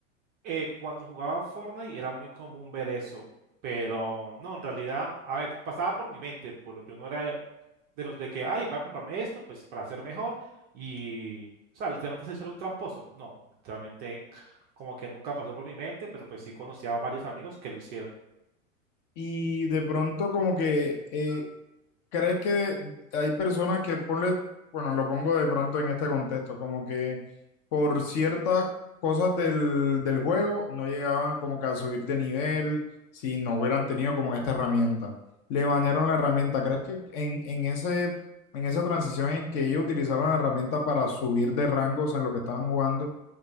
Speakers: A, on the right (about 25°); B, on the left (about 35°).
A: Eh, cuando jugaba Fortnite era muy común ver eso, pero no, en realidad, a ver, pasaba por mi mente, pero yo no era de los de que, ay, voy a comprarme esto, pues para ser mejor, y, o sea, literalmente ser un tramposo. No, literalmente como que nunca pasó por mi mente, pero pues sí conocía a varios amigos que lo hicieron.
B: Y de pronto como que eh, crees que hay personas que ponle, bueno, lo pongo de pronto en este contexto, como que por ciertas cosas del, del juego no llegaban como que a subir de nivel si no hubieran tenido como esta herramienta. Le banearon la herramienta. ¿Crees que en, en ese, en esa transición en que ellos utilizaron la herramienta para subir de rangos en lo que estaban jugando?